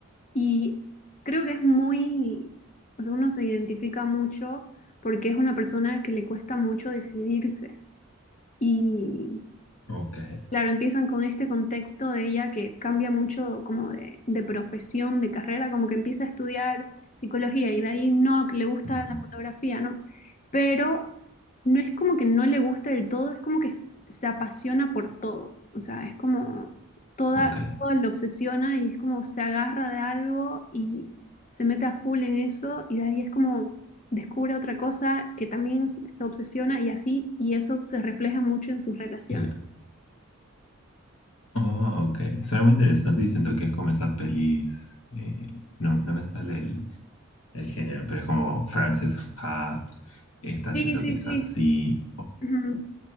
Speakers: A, on the left (about 35°); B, on the left (about 75°).
A: y creo que es muy, o sea, uno se identifica mucho porque es una persona que le cuesta mucho decidirse. Y,
B: ok,
A: Claro, empiezan con este contexto de ella que cambia mucho como de, de profesión, de carrera, como que empieza a estudiar psicología y de ahí no, que le gusta
B: ujú,
A: la fotografía, ¿no? Pero no es como que no le gusta del todo, es como que s- se apasiona por todo, o sea, es como toda,
B: ok,
A: todo lo obsesiona y es como se agarra de algo y se mete a full en eso y de ahí es como descubre otra cosa que también se se obsesiona y así, y eso se refleja mucho en sus relaciones.
B: claro. Oh, ok, suena muy interesante y siento que es como esas pelis, eh, no, no me sale el, el género, pero es como Frances Ha, esta
A: Sí,
B: siento
A: sí,
B: que es
A: sí.
B: así,
A: Ujú,